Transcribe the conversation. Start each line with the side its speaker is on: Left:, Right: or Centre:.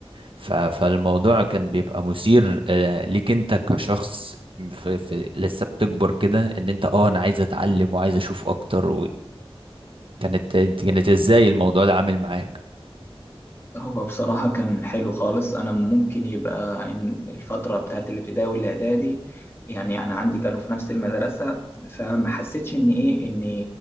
Right: ف... فالموضوع كان بيبقى مثير آه، ليك أنت كشخص في في لسه بتكبر كده ان انت اه انا عايز اتعلم وعايز اشوف اكتر وكانت كانت ازاي الموضوع ده عامل معاك
Left: هو بصراحة كان حلو خالص أنا ممكن يبقى إن الفترة بتاعت الابتدائي والإعدادي يعني أنا عندي كانوا في نفس المدرسة فما حسيتش إن إيه إن